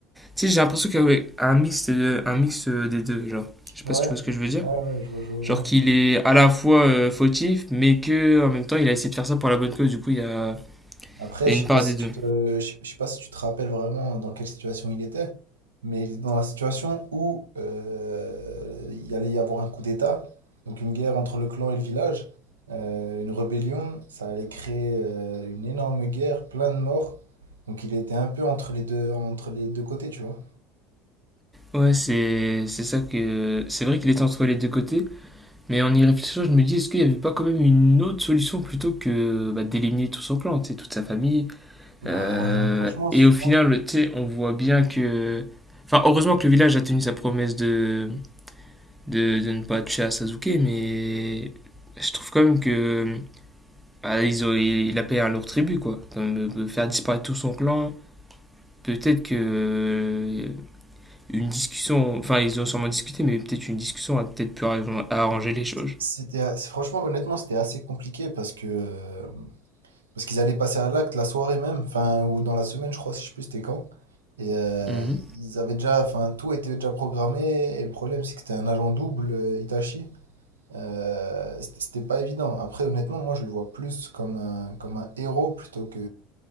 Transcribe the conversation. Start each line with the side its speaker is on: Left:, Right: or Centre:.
Centre: tu sais, j'ai l'impression qu'il y a un mix, de- un mix euh, des deux, genre. Je sais
Right: Ouais,
Centre: pas si tu vois ce que je veux dire.
Right: ouais, ouais, je vois, je vois,
Centre: Genre
Right: je vois.
Centre: qu'il est à la fois euh, fautif, mais que en même temps, il a essayé de faire ça pour la bonne cause. Du coup, il y a,
Right: Après,
Centre: il
Right: je
Centre: y a une
Right: sais pas
Centre: part
Right: si
Centre: des deux.
Right: tu te, je sais je sais pas si tu te rappelles vraiment dans quelle situation il était, mais il était dans la situation où euh, il allait y avoir un coup d'État, donc une guerre entre le clan et le village, euh, une rébellion, ça allait créer euh, une énorme guerre, plein de morts, donc il était un peu entre les deux, entre les deux côtés, tu vois.
Centre: Ouais, c'est c'est ça que... C'est vrai qu'il est entre les deux côtés, mais en y réfléchissant, je me dis, est-ce qu'il n'y avait pas quand même une autre solution plutôt que bah, d'éliminer tout son clan, tu sais, toute sa famille
Right: Bah,
Centre: euh,
Right: franchement, je
Centre: Et au final,
Right: pense que
Centre: tu sais, on voit bien que... Enfin, heureusement que le village a tenu sa promesse de de, de ne pas toucher à Sasuke, mais je trouve quand même que bah, ils ont- il a payé un lourd tribut, quoi. Comme, euh, faire disparaître tout son clan, peut-être que euh, une discussion, enfin ils ont sûrement discuté, mais peut-être une discussion a peut-être pu arran- arranger les choses.
Right: c'était, franchement, honnêtement, c'était assez compliqué parce que euh, Parce qu'ils allaient passer à l'acte la soirée même, enfin, ou dans la semaine, je crois, si je sais plus, c'était quand. Et euh,
Centre: Mhm,
Right: ils avaient déjà, enfin, tout était déjà programmé. Et le problème, c'est que c'était un agent double, euh, Itachi. Euh, c'était c'était pas évident. Après, honnêtement, moi, je le vois plus comme un, comme un héros plutôt que,